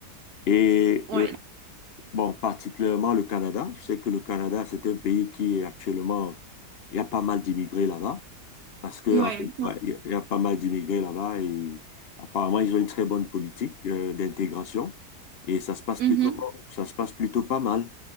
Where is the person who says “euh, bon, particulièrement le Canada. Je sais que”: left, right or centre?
Left